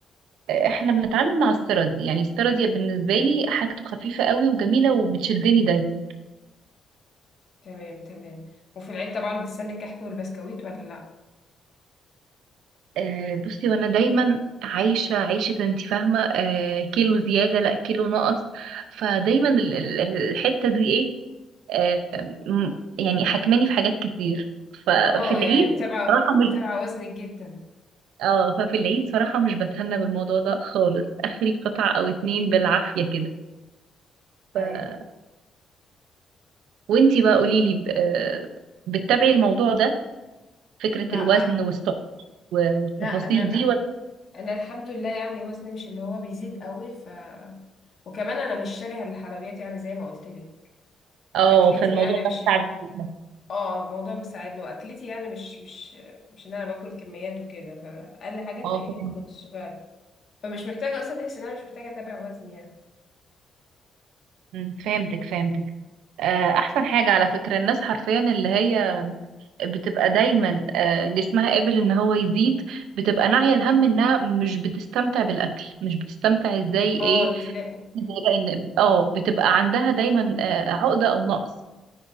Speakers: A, on the right; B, on the left.
A: احنا بنتعامل مع السردي يعني السردي بالنسبه لي حاجته خفيفه قوي وجميله وبتشدني دايما
B: تمام تمام وفي العيد طبعا بتستني الكحك والبسكويت ولا لا
A: آه، بصي وانا دايما عايشه عيشه انت فاهمه آه، كيلو زياده لا كيلو نقص فدايما ال- ال- ال- الحته دي ايه آه، م- يعني حكماني في حاجات كتير ففي
B: اه
A: العيد
B: يعني متابعة
A: صراحه
B: متابعة
A: مش
B: وزنك جدا
A: اه ففي العيد صراحه مش بتهنى بالموضوع ده خالص اخري قطعه او اتنين بالعافيه كده
B: ايوه
A: وانتي بقى قوليلي آه، بتتابعي الموضوع ده فكرة
B: لا
A: الوزن والسعر و-
B: لا
A: والتفاصيل
B: انا
A: دي
B: لا
A: ولا
B: انا الحمد لله يعني وزني مش اللي هو بيزيد قوي ف وكمان انا مش شاريه الحلويات يعني زي ما قلت لك
A: اه
B: واكلتي
A: فالموضوع
B: يعني مش
A: ده بتاعك جدا.
B: اه الموضوع مساعدني واكلتي يعني مش مش مش ان انا باكل كميات وكده فاقل حاجه تلاقيني
A: <laughs> اه فهمتك
B: خلاص شبعت فمش محتاجه اصلا تحس ان انا مش محتاجه اتابع وزني يعني
A: مم، فهمتك فهمتك آه، احسن حاجة على فكرة الناس حرفيا اللي هي بتبقى دايما آه، جسمها قابل ان هو يزيد بتبقى ناعية الهم انها مش بتستمتع بالاكل مش بتستمتع ازاي
B: اه
A: ايه
B: تلاقي
A: زي بقى ان اه بتبقى عندها دايما آه، عقدة او نقص